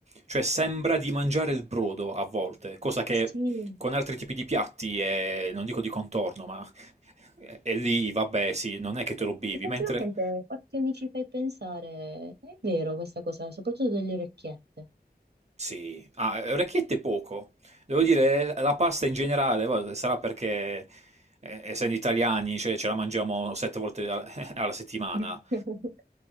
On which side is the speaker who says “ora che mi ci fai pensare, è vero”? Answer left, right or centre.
Right